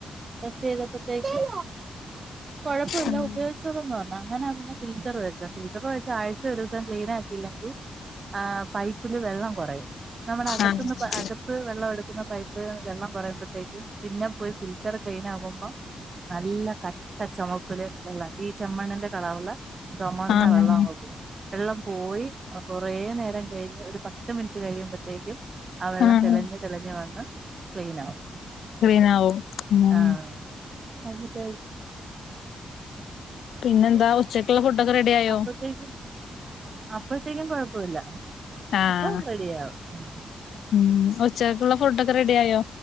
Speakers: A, on the right; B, on the left.
A: ടെസ്റ്റ്‌യ്തപ്പത്തേക്കും കൊഴപ്പവില്ല
B: ആഹ്
A: ഉപയോഗിച്ചോളൂന്ന് പർഞ്ഞു ന്നെ അങ്ങനാ പിന്നെ ഫിൽറ്റർ വെച്ചെ ഫിൽറ്റർ വെച്ചാഴ്ച്ചെ ഒരൂസം ക്ലീനാക്കിയില്ലെങ്കിൽ ആഹ് പൈപ്പില് വെള്ളം കൊറയും. നമ്മളകത്ത്ന്ന്
B: ആഹ്
A: പ അകത് - പ്പഴും വെള്ളവെടുക്കുന്ന പൈപ്പ് വെള്ളം കുറയുമ്പോത്തേക്കും പിന്നെ പോയി ഫിൽറ്റർ ക്ലീനാകുമ്പോ നല്ല കട്ട ചൊമപ്പില് വെള്ള ഈ ചെമ്മണ്ണിന്റെ കളർല് ചൊമന്ന
B: ആഹ്
A: വെള്ളം അങ്ങ് പോവും. വെള്ളം പോയി കൊറേ നേരം കഴിഞ്ഞ് ഒരു പ ത്ത് മിനിറ്റ് കഴിയുമ്പത്തേക്കും ആ വെള്ളം
B: ആഹ്
A: തെളിഞ്ഞ് തെളിഞ് വന്ന് ക്ലീൻ ആവും
B: ക്ലീനാവും ഉം
A: ആ <unintelligible>
B: പിന്നെന്താ ഉച് ചെക്കുള്ള ഫുഡൊക്കെ റെഡി ആയോ
A: അപ്പത്തേക്കും അപ്പത്തേക്കും കൊഴപ്പവില്ല
B: ആഹ്
A: അപ്പം റെഡിയാവും. ഉം
B: ഉം ഉച്ചക്കക്ക്ള്ള ഫുഡൊക്കെ റെഡി ആയോ?